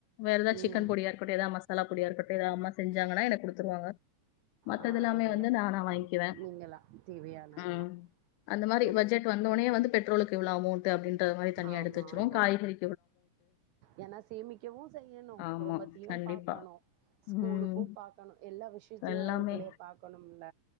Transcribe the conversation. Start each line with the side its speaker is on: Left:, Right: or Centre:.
Left: வேற ஏதா
Right: ம்
Left: சிக்கன் பொடியா இருக்கட்டு எதா மசாலா பொடியா இருக்கட்டு அம்மா செஞ்சாங்கன்னா எனக்கு குடுத்துருவாங்க. மத்தது
Right: ஆ
Left: எல்லாமே
Right: அதுல
Left: வந்து நா நா வாங்கிக்குவே
Right: நீங்களா தேவையானதெல்லாம்
Left: ம் அந்த மாரி
Right: ரொம்
Left: பட்ஜெட் வந்துவுன்னயே வந்து பெட்ரோலுக்கு இவ்ளோ அமௌண் ட்டு அப்டின்ற மாரி தனியா
Right: ஆமா
Left: எடுத்து வச்சுருவோ
Right: ஆமா
Left: காய்கறி
Right: ஏன்னா சேமிக்கவு செய்யணு
Left: ஆமா.
Right: குடும்பத்தயு
Left: கண்டிப்பா.
Right: பாக்கணு ஸ்கூலுக்கு
Left: ம்.
Right: பாக்கணு எல்லா விஷயத்தயு
Left: எல்லாமே.
Right: அதுக்குள்ளயே பாக்கணும் இல்ல